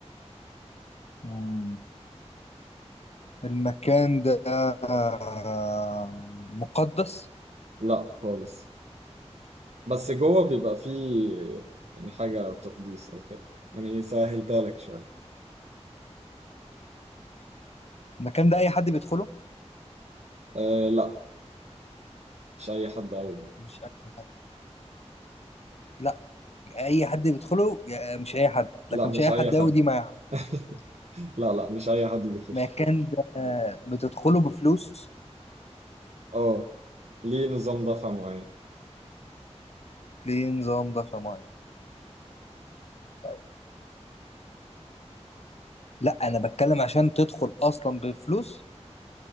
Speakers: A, on the left (about 65°); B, on the right (about 70°).
A: مم. المكان ده آه، مقدس
B: لا خالص بس جوه بيبقى فيه يعني حاجة تقديس أو كده يعني سهلتها لك شوية
A: المكان ده اي حد بيدخله
B: أه لا مش اي حد قوي يعني
A: مش اي حد لا اي حد بيدخله يا- مش اي حد
B: لا
A: لكن
B: مش
A: مش اي
B: اي
A: حد
B: حد
A: قوي دي مع
B: <laughs> لا لا مش اي حد بيخش
A: مكان ده بتدخله بفلوس
B: اه ليه نظام دفع معين
A: ليه نظام ده في معين طيب لا انا بتكلم عشان تدخل اصلا بفلوس